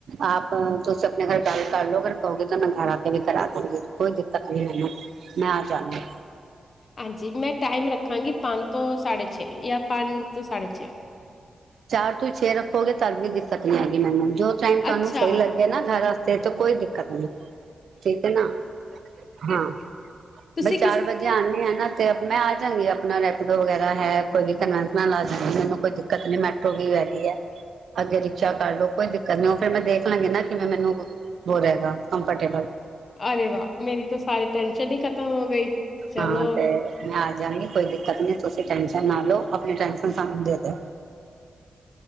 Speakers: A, on the right; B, on the left.
A: ਆਪ ਤੁਸੀਂ ਆਪਣੇ ਘਰ ਗੱਲ ਕਰ ਲੋ ਅਗਰ ਕਹੋਗੇ ਤਾਂ ਮੈਂ ਘਰ ਆ ਕੇ ਵੀ ਕਰਾ ਦੂੰਗੀ, ਕੋਈ ਦਿੱਕਤ ਨਹੀਂ ਹੈ ਮ ਮੈਂ ਆ ਜਾਂਗੀ।
B: ਹਾਂਜੀ, ਮੈਂ ਟਾਈਮ ਰੱਖਾਂਗੀ ਪੰਜ ਤੋਂ ਸਾਢੇ ਛੇ ਜਾਂ ਪੰਜ ਤੋਂ ਸਾਢੇ ਛੇ
A: ਚਾਰ ਤੋਂ ਹੀ ਛੇ ਰੱਖੋਗੇ ਤਦ ਵੀ ਦਿੱਕਤ ਨੀ ਹੈਗੀ ਮੈਨੂੰ, ਜੋ ਟਾਈਮ ਤੁਹਾਨੂੰ
B: ਅੱਛਾ
A: ਸਹੀ ਲੱਗਿਆ ਨਾ ਘਰ ਵਾਸਤੇ, ਤਾਂ ਕੋਈ ਦਿੱਕਤ ਨਹੀਂ। ਠੀਕ ਹੈ ਨਾ, ਹਾਂ
B: ਤੁਸੀਂ
A: ਬਈ ਚਾਰ ਵਜੇ ਆਉਨੀ ਆ ਨਾ ਤੇ ਮੈਂ ਆ ਜਾਂਵਗੀ ਆਪਣਾ ਰੈਪਡੋ ਵਗੈਰਾ ਹੈ, ਕੋਈ ਵੀ ਕਨਵੈ ਆ ਜਾਂਗੀ, ਮੈਨੂੰ ਕੋਈ ਦਿੱਕਤ ਨੀ ਮੈ ਉੱਠੋਈ ਵੈਗੀ ਹੈ, ਅੱਗੇ ਰਿਕਸ਼ਾ ਕਰ ਲੋ ਕੋਈ ਦਿੱਕਤ ਨੀ ਉਹ ਫੇਿਰ ਮੈਂ ਦੇਖ ਲਾਂਗੀ ਨਾ, ਕਿਵੇਂ ਮੈਨੂੰ ਵੋ ਰਹੇਗਾ, ਕੰਫਰਟੇਬਲ
B: ਅਰੇ ਵਾਹ ਮੇਰੀ ਤਾਂ ਸਾਰੀ ਟੈਨਸ਼ਨ ਹੀ ਖ਼ਤਮ ਹੋ ਗਈ ਚਲੋ
A: ਹਾਂ ਤੇ ਮੈਂ ਆ ਜਾਂਦੀ ਖੁਦ ਆਪਣੀ ਤੁਸੀਂ ਟੈਸ਼ਨ ਨਾ ਲਓ ਆਪਣੀ ਟੈਸ਼ਨ ਸਾਨੂੰ ਦੇ ਦੋ